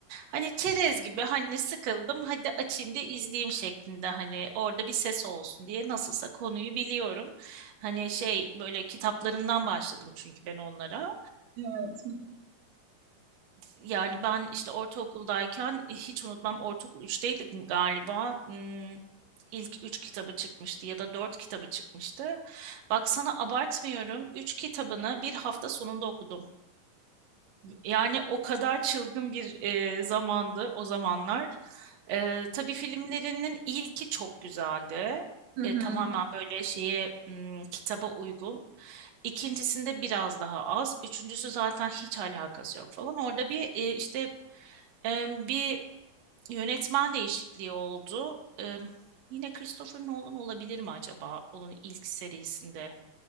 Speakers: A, on the right; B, on the right.
A: hani çerez gibi hani sıkıldım hadi açayım da izleyeyim şeklinde hani orada bir ses olsun diye nasılsa konuyu biliyorum. Hani şey böyle kitaplarından başladım çünkü ben onlara.
B: evet
A: Yani ben işte ortaokuldayken e, hiç unutmam ortaokul 3'teydik galiba. Hmm, ilk 3 kitabı çıkmıştı ya da 4 kitabı çıkmıştı. Bak sana abartmıyorum. Üç kitabını bir hafta sonunda okudum. Yani o kadar çılgın bir e, zamandı o zamanlar. E, tabii filmlerinin ilki çok güzeldi.
B: Hı
A: E,
B: hı.
A: tamamen böyle şeye m, kitaba uygun. İkincisinde biraz daha az. Üçüncüsü zaten hiç alakası yok falan. Orada bir e, işte e, bir yönetmen değişikliği oldu. E, yine Christopher Nolan olabilir mi acaba? Onun ilk serisinde